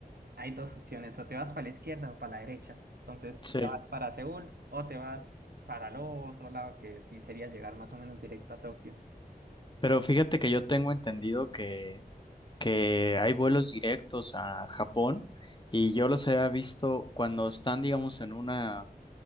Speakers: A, on the right; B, on the left.
A: hay dos opciones, o te vas para la izquierda o para la derecha. Entonces,
B: sí.
A: te vas para Seúl o te vas para el otro lado, que sí sería llegar más o menos directo a Tokio.
B: Pero fíjate que yo tengo entendido que que hay vuelos directos a Japón y yo los había visto cuando están, digamos, en una